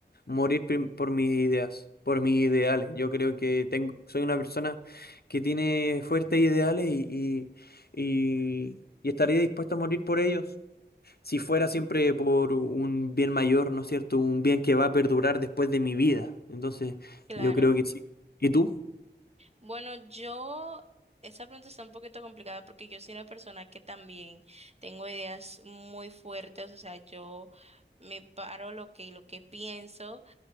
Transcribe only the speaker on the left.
morir prim- por mis ideas, por mis ideales. Yo creo que tengo, soy una persona que tiene fuertes ideales y, y, y, y estaría dispuesto a morir por ellos. si fuera siempre
por un bien mayor, ¿no es cierto? Un bien que va a perdurar después de mi vida. Entonces,
yo creo que sí. ¿Y tú?